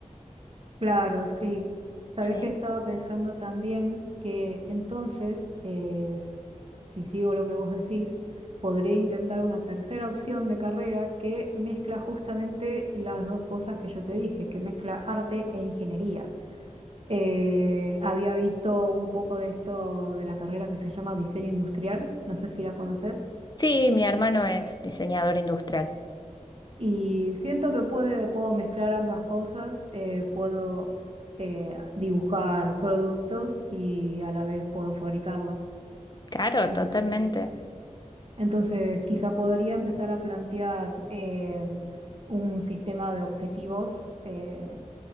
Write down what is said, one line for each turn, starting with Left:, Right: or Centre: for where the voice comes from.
Right: claro, sí. Sabés
Left: sí.
Right: que estaba pensando también que entonces, eh, si sigo lo que vos decís, podría intentar una tercera opción de carrera que mezcla justamente las dos cosas que yo te dije, que mezcla arte e ingeniería. Eh, había visto un poco de esto de la carrera que se llama diseño industrial, no sé si la conoces,
Left: Sí, mi hermano es diseñador industrial.
Right: y siento que puede, puedo mezclar ambas cosas, eh, puedo eh, dibujar productos y a la vez puedo fabricarlos.
Left: Claro,
Right: Entonces...
Left: totalmente.
Right: Entonces, quizá podría empezar a plantear eh, un sistema de objetivos, eh,